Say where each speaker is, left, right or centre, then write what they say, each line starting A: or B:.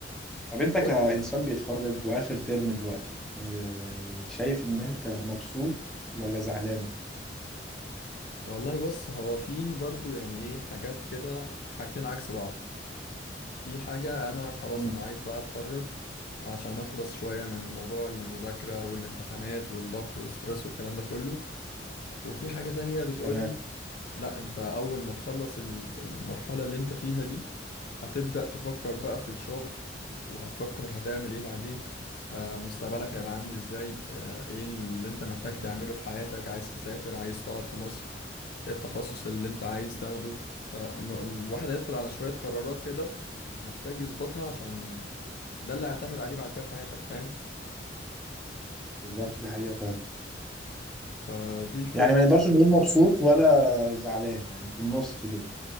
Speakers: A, in the centre; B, on the left.
A: طب انت كانسان
B: قول لي بقى.
A: بيتخرج واخر ترم دلوقتي آه، شايف ان انت مبسوط ولا زعلان
B: والله بص هو في برضو يعني ايه حاجات كده حاجتين عكس بعض في حاجة أنا خلاص
A: امم
B: أنا عايز بقى أتخرج عشان أخلص شوية من موضوع المذاكرة والامتحانات والضغط والسترس والكلام ده كله وفي حاجة تانية بتقولي
A: تمام
B: لأ أنت أول ما تخلص ال- المرحلة اللي أنت فيها دي هتبدأ تفكر بقى في الشغل وهتفكر هتعمل إيه بعدين ه- مستقبلك هيبقى عامل إزاي آه، إيه اللي أنت محتاج
A: مم.
B: تعمله في حياتك عايز تسافر عايز تقعد في مصر إيه التخصص اللي انت عايز تاخده فالواحد هيدخل على شوية قرارات كده محتاج يظبطها عشان ده اللي هيعتمد عليه بعد كده في حياتك فاهم
A: بالظبط دي حقيقه فعلا
B: فدي الفكرة
A: يعني ما نقدرش نقول مبسوط ولا زعلان يعني في النص كده